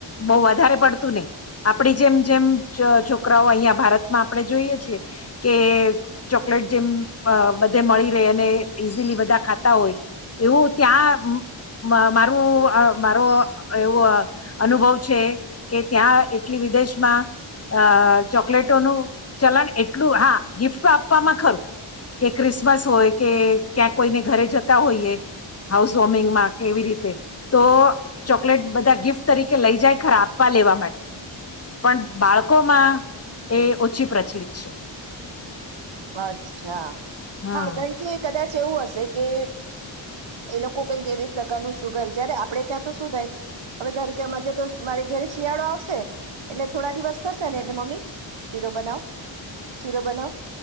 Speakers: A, on the left (about 30°); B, on the right (about 70°).
A: બહુ વધારે પડતું નહી આપડી જેમ જેમ છોકરાઓ અહિયાં ભારતમાં આપણે જોઈએ છે કે ચોકલેટ જેમ બધે મળી રહે અને ઈઝીલી ખાતા હોય એવું ત્યાં મારું મારો એવું અનુભવ છે કે ત્યાં એટલી વિદેશમાં અ ચોકલેટોનું ચલાણ એટલું હા ગિફ્ટ આપવામાં ખરું. કે ક્રિસમસ હોય કે ક્યાં કોઈને ઘરે જતા હોઈએ. હાઉસ વોર્મિંગમાં કેવી રીતે તો ચોકલેટ બધા ગિફ્ટ તરીકે લઈ જાય ખરા આપવા લેવા માટે પણ બાળકોમાં એ ઓછી પ્રચલ છે.
B: અચ્છા
A: હમ
B: હા કારણ કે કદાચ એવું હશે કે એ લોકો કઈક એવી પ્રકારનું શુગર જય્યારે આપડે ત્યાં તો શું થાય. હવે ધારો કે મજ તો મારે ઘરે શિયાળો આવશે. એટલે થોડા દિવસ થશે ને એટલે મમ્મી શીરો બનાવ શીરો બનાવ